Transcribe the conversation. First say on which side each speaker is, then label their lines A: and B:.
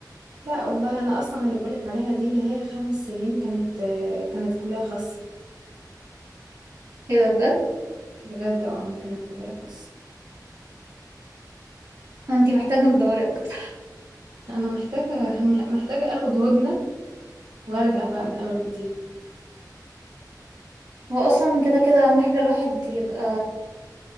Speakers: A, on the right (about 75°); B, on the right (about 60°).
A: لا والله أنا أصلا اللي بقولك عليها دي اللي هي خمس سنين كانت آه، كانت كلية خاصة
B: كده بجد
A: بجد اه كانت كلية خاصة
B: انتي محتاجة تدوري اكتر
A: أنا محتاجة <laughs> محتاجة أخد هدنة وأرجع بقى من أول وجديد
B: هو اصلا كده كده اهم حاجة الواحد يبقى